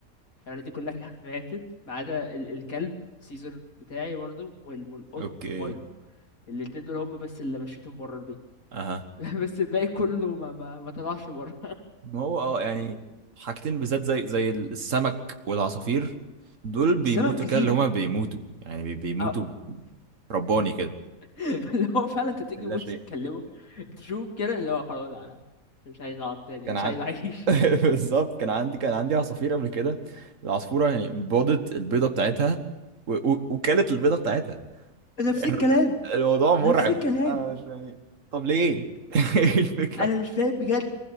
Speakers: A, on the left; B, on the right.
A: الحيوانات دي كلها <laughs> ماتت ما عدا ال... الكلب سيزر بتاعي برضو وال... والقط
B: اوكي
A: مايلو الاتنين دول هم بس اللي مشيتهم بره البيت
B: اها
A: <laughs> بس الباقي كله ما ما, ما طلعش بره
B: ما هو اه يعني حاجتين بالذات زي زي السمك والعصافير دول بيموتوا
A: السمك
B: كده
A: زينة
B: اللي هما بيموتوا يعني بي- بيموتوا
A: أو...
B: رباني كده
A: <laughs> اللي هو فعلا انت تيجي
B: لا
A: بص
B: شيء
A: تكلمه تشوف كده اللي هو خلاص لا أنا مش عايز اقعد تاني
B: كان
A: مش
B: عن
A: عايز اعيش
B: <laughs> بالظبط كان عندي كان عندي عصافير قبل كده العصفورة يعني بيضت البيضة بتاعتها و... و... وكلت البيضة بتاعتها
A: <laughs> نفس
B: <laughs>
A: الكلام
B: الموضوع مرعب
A: نفس الكلام
B: انا مش يعني طب ليه <laughs> ايه الفكرة
A: انا مش فاهم بجد